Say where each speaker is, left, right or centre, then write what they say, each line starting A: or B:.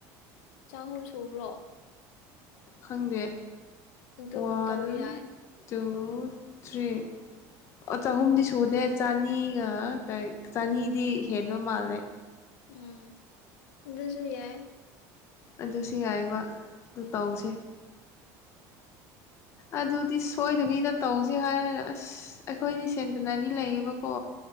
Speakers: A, on the left; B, on the left.
A: ꯆꯍꯨꯝ ꯁꯨꯕ꯭ꯔꯣ
B: ꯈꯪꯗꯦ
A: ꯑꯗꯨ
B: ꯋꯥꯟ
A: ꯇꯧꯕ ꯌꯥꯏ
B: ꯇꯨ ꯊ꯭ꯔꯤ ꯑꯣ ꯆꯍꯨꯝꯗꯤ ꯁꯨꯗꯦ ꯆꯅꯤꯒ ꯀꯩ ꯆꯅꯤꯗꯤ ꯍꯦꯟꯕ ꯃꯥꯜꯂꯦ
A: ꯎꯝ ꯑꯗꯨꯁꯨ ꯌꯥꯏ
B: ꯑꯗꯨꯁꯨ ꯌꯥꯏꯕ ꯑꯗꯨ ꯇꯧꯁꯦ ꯑꯗꯨꯗꯤ ꯁꯣꯏꯗꯕꯤꯗ ꯇꯧꯁꯦ ꯍꯥꯏꯔꯒ ꯑꯁ ꯑꯩꯈꯣꯏꯗꯤ ꯁꯦꯟꯇꯤꯅꯔꯤ ꯂꯩꯌꯦꯕꯀꯣ